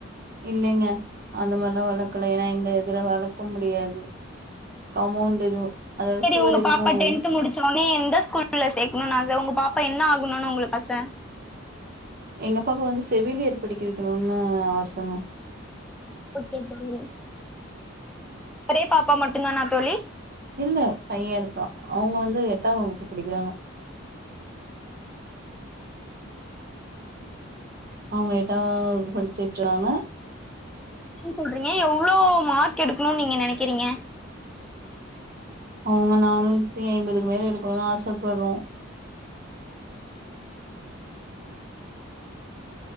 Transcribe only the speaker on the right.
இல்லைங்க அந்த மாதிரிலாம் வளர்க்கல ஏன்னா எங்க எதுல வளர்க்க முடியாது காம்பவுண்ட் எதுவு அதாவது
சுவர்
எதுவு
எங்க பக்கம் வந்து செவிலியர் படிக்க வைக்கணும்னு ஆசங்க
இல்ல பையன் இருக்கா அவங்க வந்து எட்டாம் வகுப்பு படிக்கிறாங்க அவங்க எட் <unintelligible> படிச்சுட்டுராங்க
அவங்க நானூத்தி ஐம்பதுக்கு மேல எடுக்கணும்னு ஆசப்படுறோம்